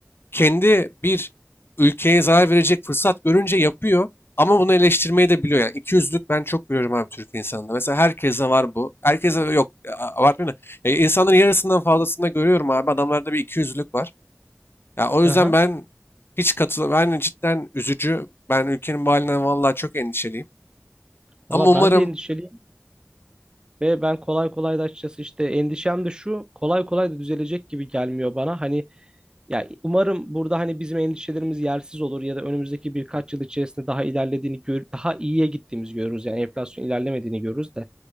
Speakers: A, on the left (about 60°); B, on the right (about 20°).
A: kendi bir ülkeye zarar verecek fırsat görünce yapıyor ama bunu eleştirmeyi de biliyor. Yani ikiyüzlülük ben çok görüyorum abi Türk insanında. Mesela herkese var bu. Herkese yok a- abartmıyorum da. E, insanların yarısından fazlasında görüyorum abi. Adamlarda bir ikiyüzlülük var. Ya o yüzden
B: Aha.
A: ben hiç katıl ben cidden üzücü. Ben ülkenin bu halinden vallahi çok endişeliyim. Ama
B: Valla
A: umarım
B: ben de endişeliyim. Ve ben kolay kolay da açıkçası işte endişem de şu kolay kolay da düzelecek gibi gelmiyor bana. Hani ya umarım burada hani bizim endişelerimiz yersiz olur ya da önümüzdeki birkaç yıl içerisinde daha ilerlediğini gör, daha iyiye gittiğimizi görürüz. Yani enflasyon ilerlemediğini görürüz de.